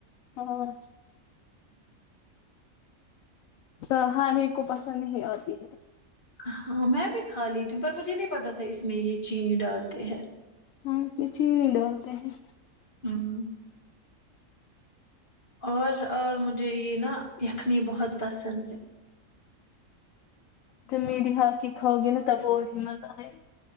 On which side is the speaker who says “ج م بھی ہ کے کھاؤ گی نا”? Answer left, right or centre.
Left